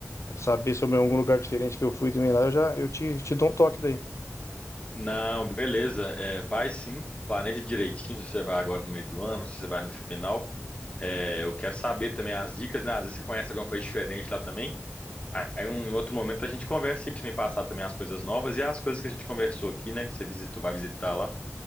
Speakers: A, on the left; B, on the left.
A: a saber sobre algum lugar diferente que eu fui também lá, eu já eu te, te dou um toque daí.
B: Não, beleza, é, vai sim, planeja direitinho se você vai agora no meio do ano, se você vai no final. É, eu quero saber também as dicas, né? Às vezes você conhece alguma coisa diferente lá também. Aí um em outro momento a gente conversa e pra você me passar também as coisas novas e as coisas que a gente conversou aqui, né? Que você visitou, vai visitar lá.